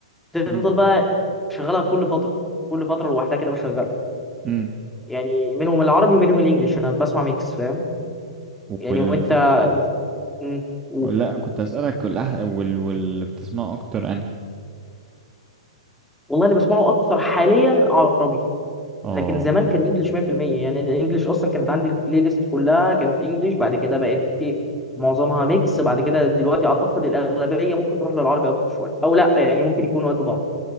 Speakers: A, in the centre; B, on the right.
A: تفضل
B: امم
A: بقى شغالها كل فتره كل فتره لوحدها كده بشغلها
B: امم
A: يعني منهم العربي ومنهم الانجليش انا بسمع ميكس فاهم يعني
B: وال
A: وانت مم. قول
B: لا كنت اسالك والأح... وال واللي بتسمعه اكتر انهي
A: والله اللي بسمعه اكتر حاليا عربي
B: اه
A: لكن زمان كان انجلش 100% يعني الانجليش اصلا كانت عندي البلاي ليست كلها كانت انجلش بعد كده بقت ايه معظمها ميكس بعد كده دلوقتي اعتقد الاغلبيه ممكن تروح للعربي اكتر شويه او لا يعني ممكن يكونوا قد بعض